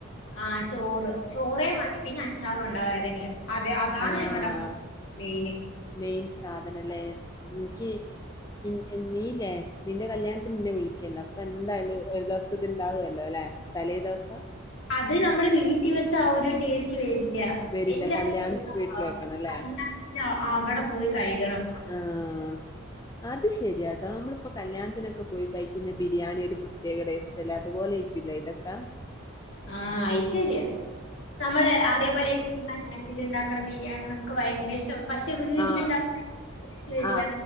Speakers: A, on the left; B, on the left.
A: ആ ചോറ് ചോറേമതി പിന്നെ അച്ചാറ് ഉണ്ടാവായതെങ്കിലും അതെ അതാണ്
B: ആഹ്
A: ഞങ്ങളുടെ മീന്
B: മെയിൻ സാധനല്ലെ എനിക്ക് ഇ നീ ഇല്ലേ നിന്റെ കല്യാണത്തിന് നിന്നെ വിളിക്കല്ലോ അപ്പൊ എന്തായാലും ഒരു ദിവസ ഇ ഇണ്ടാകുവല്ലോ അല്ലെ തലേ ദിവസം
A: അത് നമ്മുടെ വീട്ടിൽ വെച്ച ആ ഒരു ടേസ്റ്റ് വരില്ല
B: വരില്ല
A: എന്റെ
B: കല്യാണത്തിന്
A: ആ,
B: വീട്ടിൽ വെക്കണല്ലേ?
A: <unintelligible> അവിടെ പോയി കയികണം
B: ആഹ് അത് ശരിയാട്ടോ, നമ്മളിപ്പോ കല്യാണത്തിനൊക്കെ പോയി കയിക്കുന്ന ബിരിയാണി ഒരു പ്രത്യേക ടേസ്റ്റ് അല്ലേ, അതുപോലെ ഇ ക്കില്ല ഇതക്ക
A: ആഹ് അയ്ശരിയ നമ്മള് അതേപോലെ ഈ മലയാളത്തി ഉണ്ടാക്കണ ബിരിയാണികൊക്കെ ഭയങ്കര ഇഷ്ടം പക്ഷെ വീട്ടിലുണ്ടാക്ക
B: ആ
A: <inaudible> വരില്ല
B: ആ